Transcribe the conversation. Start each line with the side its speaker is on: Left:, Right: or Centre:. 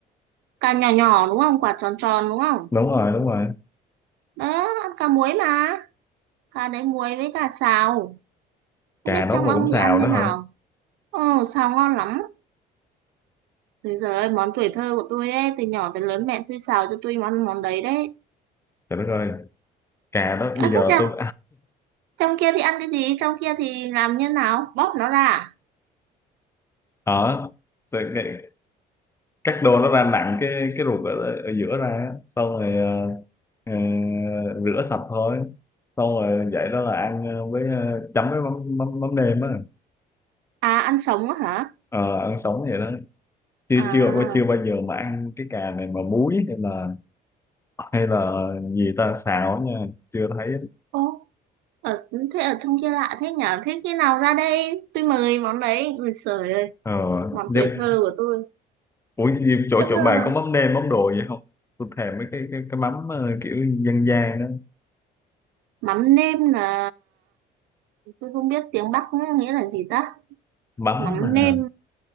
Right: cà nhỏ nhỏ đúng không quả tròn tròn đúng không
Left: Đúng rồi, đúng rồi.
Right: đó ăn cà muối mà cà đấy muối với cà xào không
Left: Cà
Right: biết
Left: đó
Right: trong
Left: mà
Right: ông
Left: cũng xào
Right: thì ăn
Left: đó
Right: thế
Left: hả?
Right: nào ừ xào ngon lắm Thế giờ ơi, món tuổi thơ của tôi ấy từ nhỏ tới lớn mẹ tôi xào cho tôi món món đấy đấy
Left: Trời đất ơi, cà đó
Right: à,
Left: bây
Right: thích
Left: giờ
Right: chưa
Left: tôi
Right: trong kia thì ăn cái gì trong kia thì làm như nào bóp nó ra à
Left: <laughs> ở sẽ- cái- cắt đôi nó ra nặng cái cái ruột ở, ở giữa ra á. xong rồi ờ, ờ, rửa sạch thôi. Xong rồi vậy đó là ăn ờ, với ờ, chấm với mắm mắm, mắm nêm á.
Right: À, ăn sống á hả
Left: Ờ, ăn sống vậy đó. Chưa
Right: à
Left: chưa chưa bao giờ mà ăn cái cà này mà muối hay là hay là gì ta xào á nha, chưa thấy.
Right: ô ở thế ở trong kia lạ thế nhở thế khi nào ra đây tôi mời món đấy người sởi ơi
Left: Ờ,
Right: món
Left: nếu-
Right: tuổi thơ của tôi
Left: Ủa gì- chỗ
Right: tức
Left: chỗ bạn
Right: ra là
Left: có mắm nêm mắm đồ gì không? Tôi thèm mấy cái cái cái mắm ờ, kiểu dân gian đó,
Right: mắm nêm là tôi không biết tiếng Bắc nữa, nghĩa là gì ta
Left: mắm
Right: mắm
Left: mà
Right: nêm